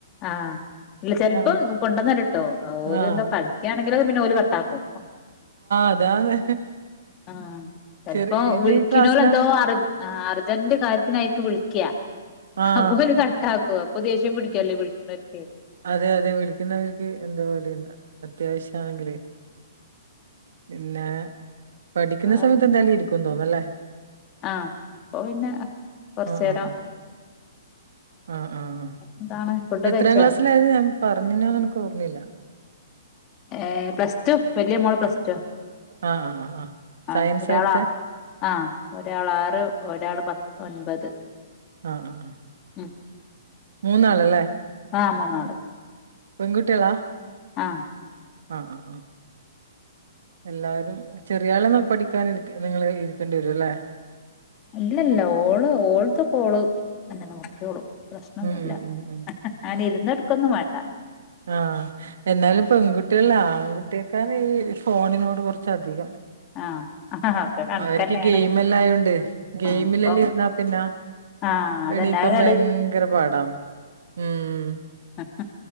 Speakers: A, on the left; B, on the right.
A: ആഹ് ഇല്ല ചെൽപ്പോ
B: ആഹ്
A: കൊണ്ടന്നരു ട്ടോ ഓല്
B: ആഹ്
A: എന്തോ കളിക്കാണങ്കിലൊക്ക പിന്നെ ഓല് കട്ടാകും
B: അതാണ്
A: ആഹ് ചെൽപ്പോ
B: ചെറി ഏത്
A: വിളിക്കിണോല്
B: ക്ലാസ്സിലാണ്
A: എന്തോ അർജ ആഹ് അർജ അർജെന്റ് കാര്യത്തിനായിക്കും വിളിക്ക
B: ആഹ്
A: അപ്പോല് കട്ടാക്കും അപ്പൊ ദേഷ്യം പിടിക്കല്ലോ വിളി <unintelligible>
B: അതെ അതെ വിളിക്കുന്നവർക്ക് എന്തോ പോലെ അത്യാവശ്യാണെങ്കിലെ പിന്നെ പഠിക്കുന്ന
A: വേറെന്താ
B: സമയത്ത് എന്തായാലും ഇരിക്കും തോന്നല്ലേ
A: ആഹ് അപ്പൊ പിന്നെ കൊർചേരം
B: ആഹ് ആഹ് ആഹ് ആഹ് ആഹ്
A: എന്താണ് ഫുഡ്
B: എത്രാം
A: കഴിച്ചോ
B: ക്ലാസ്സിലായത് ഞാൻ പറഞ്നോന്ന് അനക്ക് ഓർമ്മയില്ല
A: ഏഹ് പ്ലസ് ടു വലിയ മോള് പ്ലസ് ടു
B: ആഹ് ആഹ് ആഹ് ആഹ് സയൻസാ
A: ആ ആഹ് ഒരാളാ
B: എടുത്തെ
A: ആഹ് ഒരാൾ ആറ് ഒരാൾ പ ഒൻപത്
B: ആഹ് ആഹ് ആഹ്
A: ഉം
B: മൂന്നാള് ല്ലേ
A: ആഹ് മൂന്നാള്
B: പെൺകുട്ട്യേളാ?
A: ആഹ്
B: ആഹ് ആഹ് ആഹ് എല്ലാവരും ചെറിയാളെ പഠിക്കാൻ നിങ്ങൾ ഇരിക്കേണ്ടി വരും ല്ലേ?
A: ഇല്ലല്ല ഓള് ഓൾതൊക്കെ ഓള് അന്നെ നോക്ക്യോളും പ്രശ്നൊന്നുല്ല
B: ഉം ഉം ഉം ഉം
A: ഞാന് ഇരുന്നെടുക്കൊന്നും വേണ്ട
B: ആഹ് എന്നാലും
A: ഉം
B: പെൺകുട്ടിയല്ലാ ആൺകുട്ടിയെക്കാന്ന് ഈ ഫോണിനോട് കൊറച്ച് അധികം
A: ആഹ് ആഹ് ഒക്കെ കണക്കന്നെയാണ്
B: അവർക്ക് ഗെയിമല്ലാം ആയോണ്ട് ഗെയിമിലല്ല
A: ആഹ് അപ്പം
B: ഇരുന്നാ പിന്ന
A: ആഹ് അതന്നെ
B: എണീക്കാൻ
A: അതങ്ങട്
B: ഭയങ്കര പാടന്ന് ഉം
A: അ